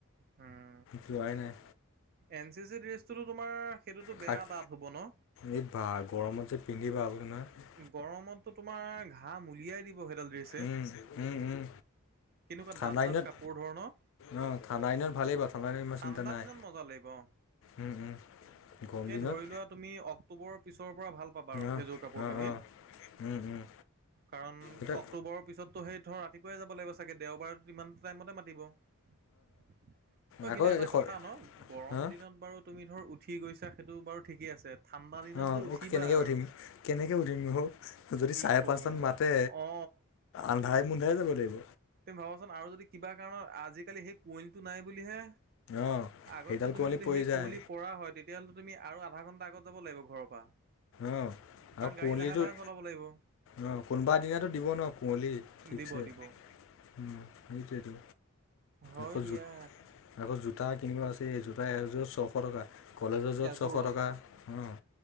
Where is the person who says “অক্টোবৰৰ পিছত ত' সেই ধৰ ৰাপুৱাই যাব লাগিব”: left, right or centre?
Right